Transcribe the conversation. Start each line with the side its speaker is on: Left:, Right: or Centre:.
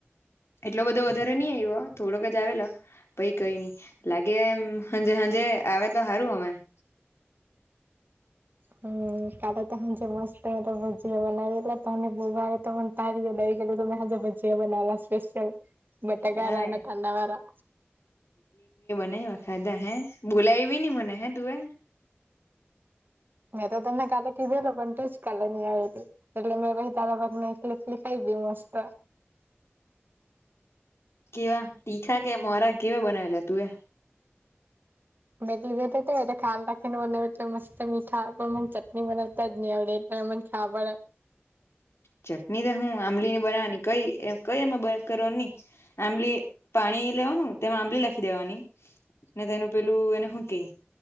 Left: એટલો બધો વધારે નહી આવ્યો થોડોક જ આવેલા પઈ કઈ નઈ લાગે એમ હાજે હાજે આવે તો સારું હવે <unintelligible>
Right: હમ કાલે ત હ જે મસ્ત તો ભજીયા બનાવેલા તને બોવા તોમને પાર દઈ તોજા ભાજયા બનાવેલા સ્પેશલ બટાકાના
Left: હા
Right: અને કાંદા વાળા
Left: નયખાધા હે બોલાયવી નહી મને હે તું એ
Right: મેં તો તમને કાલે કીધો ન પણ તું જ કાલે નહી આવે તું એટલે મેં ભ તારા ભાગ ને લકલીી ખાઈવી મસ્ત
Left: કેવા તીખા કે મોરા કેવા બનાવેલા તું એ
Right: એટલી ભય ખ્યાલ રાખીને બનાવે એટલે મસ્ત મીઠા પણ મ ચટણી બનાવતા જ ની આવડે એમન ખા પડે
Left: ચટણી તો હું આંબલી ની બનાવાની કઈ કઈ એમાં કરવા નની આંબલી પાણી લેવાનું તેમાં આંબલી લખી દેવાની ને તેનું પેલું એને શું ક